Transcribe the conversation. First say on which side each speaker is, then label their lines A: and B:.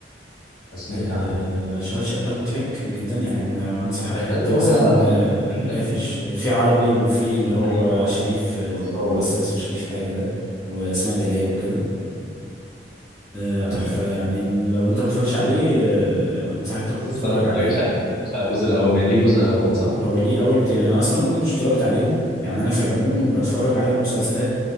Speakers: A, on the left; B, on the left.
A: سمعت
B: آه،
A: عن
B: اشغال شقه مضحك جدا يعني من انصح اي حد
A: ده اللي
B: مثلا
A: هو فيه
B: آه،
A: التين ده
B: قافش في عربي وفي اللي هو
A: ايوه
B: شريف آه،
A: وصور
B: الممثل اسمه شريف حاجه ده واسماء جلال وكده آه،
A: لما
B: تحفه
A: كان
B: يعني لو انت متفرجش عليه آه، انصحك تروح
A: بص
B: تتفرج
A: انا ما
B: عليه
A: اتفرجتش على اتفرجتش على الجزء الاول باين ليه جزء اول صح؟
B: هو ليه اول وتاني انا اصلا ما كنتش اتفرجت عليهم يعني انا في العموم بتفرج على المسلسلات